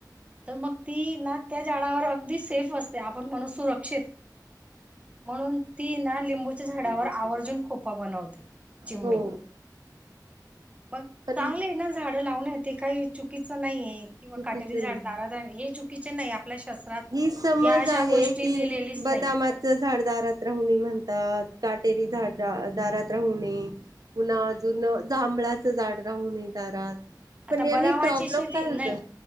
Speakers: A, on the right; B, on the right.
A: तर मग ती ना त्या झाडावर अगदीच सेफ असते आपण म्हणून सुरक्षित म्हणून ती ना लिंबूच्या झाडावर आवर्जून खोपा बनवते चिमणी
B: हो
A: बघ
B: पण
A: चांगले आहे ना झाड लाव ते काही चुकी च नाहीये किंवा
B: चुकीच
A: काटेरी
B: नाही
A: झाड दारात हे चुकीचे नाही आपल्या शास्त्रात
B: हि समज
A: या अशा
B: आहे
A: गोष्टी
B: कि
A: लिहिलेलीच
B: बदामाच
A: नाही
B: झाडदारात राहुणी म्हणतात काटेरी झाड दारात राहू नये पुन्हा अजून जांभळाचं झाड राहू नये दारात
A: आता
B: तर नेहमी
A: बदामाची
B: प्रॉब्लेम
A: शेती
B: काय होत
A: नाही